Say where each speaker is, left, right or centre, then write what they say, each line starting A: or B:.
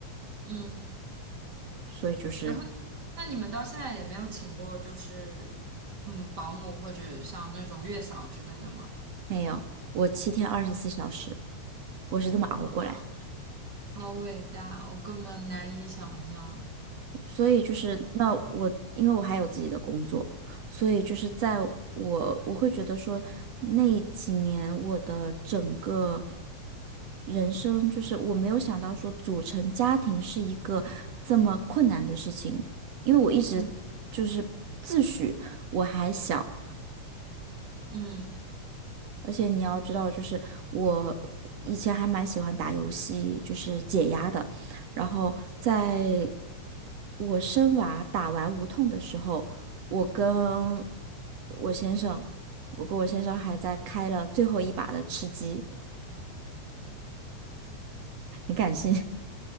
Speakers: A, on the right (about 35°); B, on the right (about 60°).
A: 嗯。
B: 所以就是
A: 然后，那你们到现在也没有请过，就是嗯，保姆或者像那种月嫂之类的吗？
B: 没有，我七天二十四小时，我是这么熬过来。
A: 啊，好伟大，我根本难以想象。
B: 所以就是那我，因为我还有自己的工作，所以就是在我我会觉得说，那几年我的整个人生，就是我没有想到说组成家庭是一个这么困难的事情，因为我一直就是自诩我还小，
A: 嗯嗯
B: 而且你要知道，就是我以前还蛮喜欢打游戏，就是解压的。然后在我生娃打完无痛的时候，我跟我先生，我跟我先生还在开了最后一把的吃鸡，你敢信？